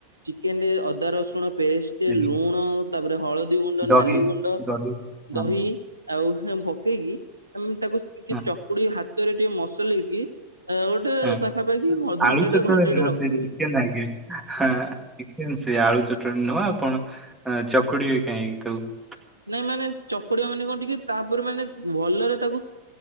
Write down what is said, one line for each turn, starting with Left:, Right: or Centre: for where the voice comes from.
Right: ଚିକେନ ଅ ଅଦା ରସୁଣ ପେଷ୍ଟ
Centre: ହୁଁ
Right: ଲୁଣ ତାପରେ ହଳଦୀ ଗୁଣ୍ଡ
Centre: ଦହି
Right: ନାଲି ଗୁଣ୍ଡ
Centre: ଦହି ହଁ
Right: ଦହି ଆଉ ହେମ୍ ପକେଇକି ଆ ତାକୁ ଟିକେ
Centre: ହଁ
Right: ଚକୁଡି ହାତରେ ଯୋଉ ମସଲେଇକି ଗୋଟେ
Centre: ହଁ
Right: <unintelligible>
Centre: ଆଳୁ ଚଟଣୀ
Right: ଘଣ୍ଟେଟେ
Centre: ନୁହଁ
Right: ରଖିଦେବେ
Centre: ସେ ଚେନ ଆଜ୍ଞା, ହଁ ସେ ଆଳୁ ଚଟଣୀ ନୁହଁ ଆପଣ ଚକୁଡି ବି କାହିଁକି ତାକୁ
Right: ନାଇଁ ମାନେ ଚକୁଡିଆ ମାନେ କଣ ଟିକେ ତାପରେ ମାନେ ଭଲରେ ତାକୁ